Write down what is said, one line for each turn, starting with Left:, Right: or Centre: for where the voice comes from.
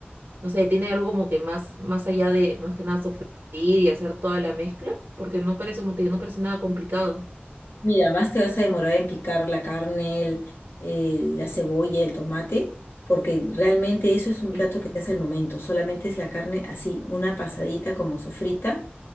Right: no sé, ¿tiene algo como que más, más allá de, más que nada, sofreír y hacer toda la mezcla? Porque no parece, como te digo, no parece nada complicado.
Left: Mira, más te vas a demorar en picar la carne, el- el- la cebolla, el tomate, porque realmente eso es un plato
Right: ¿Sí?
Left: que se hace al momento. Solamente es la carne así, una pasadita como sofrita